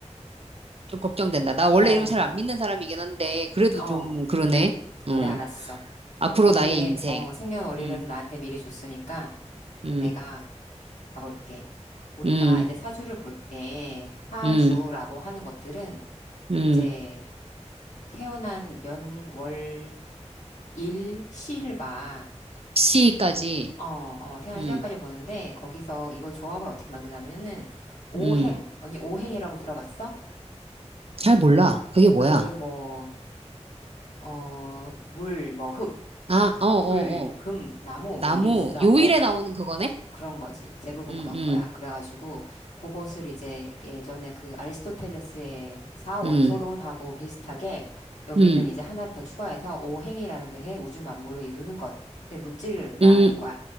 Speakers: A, on the right; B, on the left.
A: 좀 걱정된다. 나 원래
B: 어,
A: 이런 거 잘 안 믿는 사람이긴 한데, 그래도
B: 어.
A: 좀 그러네. 음.
B: 그래, 알았어.
A: 앞으로
B: 언니의
A: 나의 인생.
B: 어, 생년월일은
A: 음,
B: 나한테 미리 줬으니까
A: 음,
B: 내가 가볼게. 우리가
A: 음,
B: 이제 사주를 볼 때, 사주라고
A: 음,
B: 하는 것들은
A: 음.
B: 이제 태어난 년, 월, 일, 시를 봐.
A: 시까지.
B: 어, 어, 태어난
A: 음,
B: 시간까지 보는데, 거기서 이거 조합을 어떻게 만드냐면은, 오행.
A: 음.
B: 언니 오행이라고 들어봤어?
A: 잘 몰라. 그게 뭐야?
B: 그 뭐, 어, 물, 뭐, 흙,
A: 아, 어, 어,
B: 불,
A: 어.
B: 금, 나무,
A: 나무,
B: 뭐, 이게 있어.
A: 요일에
B: 어,
A: 나오는 그거네?
B: 그런 거지. 대부분
A: 음,
B: 그런
A: 음,
B: 거야. 그래가지고, 그것을 이제 예전에 그 아리스토텔레스의 사원소론하고
A: 음,
B: 비슷하게, 여기는
A: 음,
B: 이제 하나를 더 추가해서 오행이라는 게 우주 만물을 이루는 것, 내 물질을 말하는
A: 음,
B: 거야.